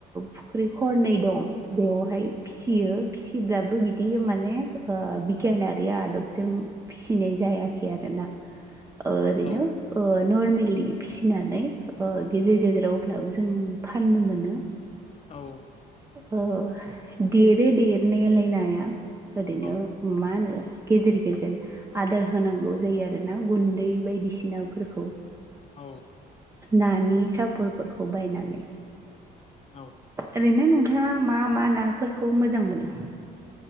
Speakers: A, on the right; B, on the left.
A: फुख्रि खरनै दं बेवहाय फिसियो फिसिब्लाबो बिदि माने ओ बिगियानारि आदबजों फिसिनाय जायाखै आरोना ओ ओरैनो
B: औ
A: नर्मेलि फिसिनानै ओ गेजेर गेजेराव अब्लाबो जों फाननो मोनो।
B: औ
A: ओ देरो देरनायालाय नाया ओरैनो
B: औ
A: मा होनो गेजेर गेजेर आदार होनांगौ जायो आरोना गुन्दै बायदिसिनाफोरखौ।
B: औ
A: नानि सापरफोरखौ बायनानै
B: औ
A: ओरैनो नोंथाङा मा मा नाफोरखौ मोजां मोनो?